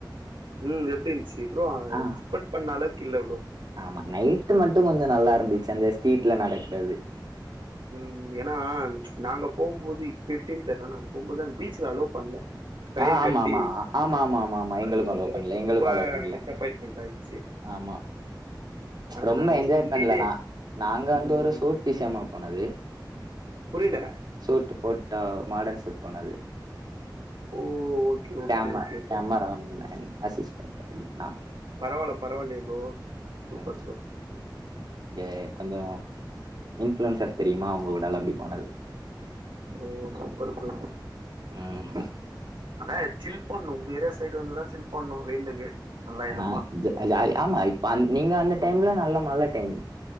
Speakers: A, on the right; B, on the right.
A: ம் எப்டி இந்துச்சு ப்ரோ
B: ஆ
A: எக்ஸ்பெ்ட் பண்ண அளவுக்கு இல்ல ப்ரோ
B: ஆமா நைட் மட்டு கொஞ்சோ நல்லா இருந்துச்சு அந்த ஸ்ட்ரீட்ல நடக்கிறது
A: ம் ஏனா நாங்க போம்போது இப்ப எப்டின்னு தெர்ல நாங்க போம்போது அந்த பீச்ல அலோ பண்ல கயிறு
B: ஆ ஆமாமா
A: கட்டி
B: ஆமாமாமாமா எங்களுக்கு
A: அது கொஞ்சோ
B: அலோ பண்ல
A: ரொம்ப
B: எங்களுக்கு ஆலோ பண்ல
A: டிசப்பாயின்ட்மெண்ட் ஆயிடுச்சு
B: ஆமா <inaudible>
A: அதனாலயே
B: ரொம்ப என்ஜாய்
A: தண்ணிலே
B: பண்ல நா நாங்க வந்து
A: ம்
B: ஒரு ஷூட் விஷியமா போனது
A: புரில
B: சூட் போட்டா மாடர்ன் சூட் போனது
A: ஓ ஓகே ஓகே
B: கேம
A: ஓகே
B: கேமராமேன்
A: ப்ரோ
B: அசிஸ்டண்ட் நா
A: பரவால்ல பரவால்லயே ப்ரோ சூப்பர்
B: ஆ
A: ப்ரோ
B: இங்க கொஞ்சோ இன்ஃப்ளுயன்சர் தெரிமா அவுங்க ஊடால அப்டி போனது
A: ஓ சூப்பர் ப்ரோ
B: ம்
A: அண்ணே சில் பண்ணு உங்க ஏரியா சைடு வந்துதா சில் பண்ணு வெயிலுக்கு நல்லா இதமா
B: ஆ ஜா ஜாலி ஆமா இப்ப அ நீங்க அந்த டைம்ல நல்ல மழ டைம்